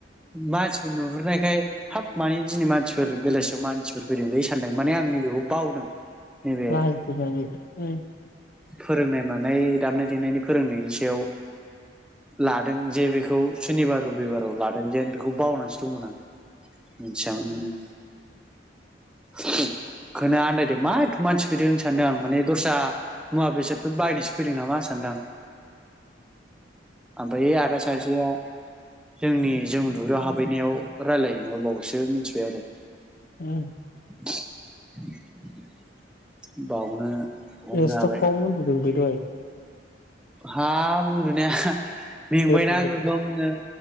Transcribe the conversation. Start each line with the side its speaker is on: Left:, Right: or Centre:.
Centre: मास नुहुरनायखाय हाब माने दिनै मानसि फोर बेलासियाव मानसि फोर फैदोंलै सानदों माने आं नैबेखौ बावदों। नैबे
Left: लाजादों आङो <inaudible>
Centre: फोरोंनाय मानाय दामनाय देनायनि फोरोंनायनि सायाव लादों जे बेखौ सुनिबार रबिबाराव लादों जेन बेख खौ बावनानैसो दंमोन आं। <inaudible> थिया आं। <unintelligible> खोनो आन्दायदो मा एथ' मानसि फैदों सानदों आं माने दस्रा मुवा बेसादफोर बायनोसो फैदों नामा सानदो आं। ओमफ्राय आदा सासेया जोंनि जों उन्दु ग्रायाव हाबहै नायाव रायलाय हैनायाव बावसो मिथिबाय आरो।
Left: उम
Centre: <inaudible> बावनो हमनो
Left: <unintelligible>
Centre: हाबाय
Left: दे
Centre: हाब उन्दुनाया मेंबायना
Left: गोदो गोदो
Centre: गोगोमनो